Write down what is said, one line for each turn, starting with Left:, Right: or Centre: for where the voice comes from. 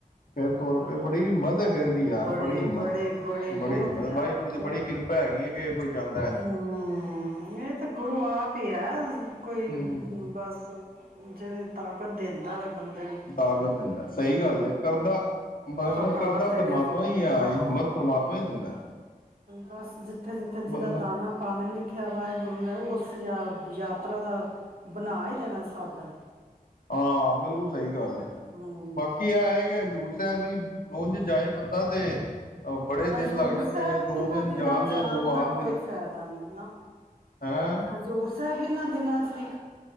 Left: ਫਿਰ ਤੌਰ
Right: ਹਾਂ
Left: ਤੇ ਬੜੀ ਹਿੰਮਤ ਹੈ ਫਿਰ ਵੀ ਯਾਰ
Right: ਬੜੇ
Left: ਬੜੀ ਹਿੰਮਤ
Right: ਬੜੇ
Left: ਹੈ।
Right: ਬੜੇ
Left: ਬੜੀ
Right: ਬਹੁਤ
Left: ਹਿੰਮਤ
Right: ਜ਼ਿਆਦਾ
Left: ਵਾਹਿਗੁਰੂ ਦੀ
Right: ਬਹੁਤ
Left: ਬੜੀ ਕਿਰਪਾ ਹੈਗੀ ਹੈ ਕਿ ਕੋਈ ਜਾਂਦਾ ਇੰਝ
Right: ਹਮ ਇਹ ਤੇ ਗੁਰੂ ਆਪ ਹੀ ਹੈ ਕੋਈ
Left: ਹੂੰ
Right: ਬਸ ਜਦੋਂ ਤਾਕਤ ਦਿੰਦਾ ਹੋ ਬੰਦੇ ਨੇ
Left: ਤਾਕਤ ਦਿੰਦਾ ਸਹੀ ਗੱਲ ਤੇ ਕਰਦਾ
Right: ਔਕਾਤ
Left: ਕਰਦਾ
Right: ਹੈਗੇ
Left: ਪ੍ਰਮਾਤਮਾ ਹੀ ਆ
Right: ਹਾਂ
Left: ਹਿੰਮਤ ਪ੍ਰਮਾਤਮਾ ਹੀ ਦਿੰਦਾ
Right: ਬਸ ਜਿੱੇ ਜੱਥੇ ਜਿੱਥੇ ਜਿਹਦਾ
Left: ਬੰਦਾ
Right: ਦਾਣਾ ਪਾਣੀ ਲਿਖਿਆ ਵਾਹਿਗੁਰੂ ਨੇ ਉਸ ਯਾਬ ਜਾਤਰਾ ਦਾ ਬਣਾ ਹੀ ਦੇਣਾ ਸਾਧਨ
Left: ਹਾਂ ਬਿਲਕੁਲ ਸਹੀ ਗੱਲ
Right: ਹਮ
Left: ਬਾਕੀ ਆ ਆਏ ਗ ਹਜ਼ੂਰ ਵੀ ਉਝ ਜਾਏ ਬੰਦਾ ਤੇ ਬੜੇ ਦਿਨ
Right: ਹਜ਼ੂਰ
Left: ਲੱਗ ਜਾਂਦੇ
Right: ਸਾਹਿਬ
Left: ਨੇ ਦੋ
Right: ਇਹਨਾਂ
Left: ਦਿਨ
Right: ਦਿਨਾਂ
Left: ਦੇ
Right: ਜਾਣ
Left: ਦੋ
Right: ਦਾ
Left: ਆਣ
Right: ਕੋਈ
Left: ਦੇ
Right: ਫਾਇਦਾ ਨਹੀਂ ਨਾ
Left: ਹੈਂ
Right: ਹਜ਼ੂਰ ਸਾਹਿਬ ਇਨਾ ਦਿਨਾਂ ਚ ਨੀ